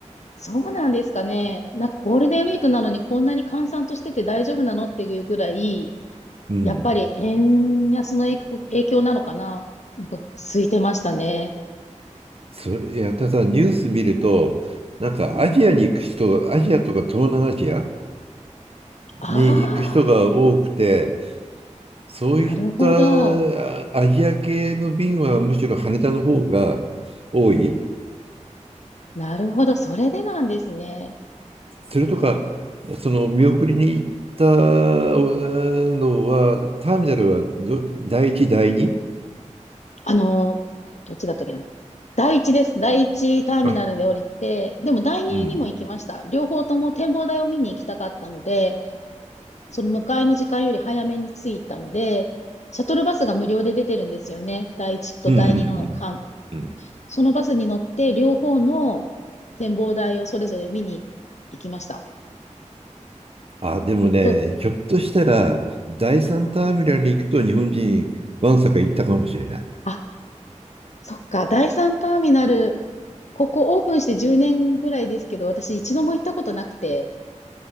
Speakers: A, on the left; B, on the right.
A: そうなんですかね。なんかゴールデンウィークなのにこんなに閑散としてて大丈夫なのっていうぐらい、
B: うん。
A: やっぱり円安の影響影響なのかな。なんか空いてましたね。
B: それいや、ただニュース見ると、なんかアジアに行く人、
A: うん。
B: アジアとか東南アジア
A: あ
B: に行く人が多くて、そういった
A: あ、なるほど。
B: あアジア系の便はむしろ羽田の方が多い。
A: なるほど。それでなんですね。
B: それとか、その見送りに行ったのは、ターミナルはど第1、第2。
A: あのー、どっちだったっけな。第一です。第一ターミナルで降りて、
B: あ、
A: でも第二にも行きました。
B: うん。
A: 両方とも展望台を見に行きたかったので、その迎えの時間より早めに着いたので、シャトルバスが無料で出てるんですよね。第一と第二の間。
B: うんうんうん。うん
A: そのバスに乗って両方の展望台をそれぞれ見に行きました。
B: あ、でもね、
A: と、
B: ひょっとしたら、第三ターミナルに行くと日本人、わんさか行ったかもしれない。
A: あ、そっか、第三ターミナル、ここオープンして10年ぐらいですけど、私一度も行ったことなくて、